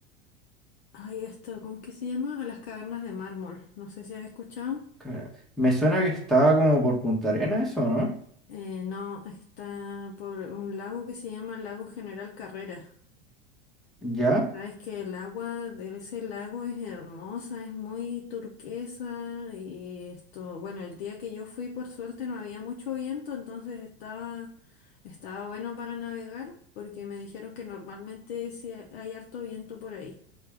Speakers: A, on the left (about 75°); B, in the centre.
A: ay, esto, ¿cómo es que se llama? A las cavernas de mármol. No sé si has escuchado.
B: Ca- Me suena que estaba como por Punta Arenas eso, ¿no?
A: Eh, no, está por un lago que se llama Lago General Carrera.
B: ¿Ya?
A: Y Sabes que el agua de ese lago es hermosa, es muy turquesa y esto, bueno, el día que yo fui por suerte no había mucho viento, entonces estaba, estaba bueno para navegar porque me dijeron que normalmente sí ha- hay harto viento por ahí,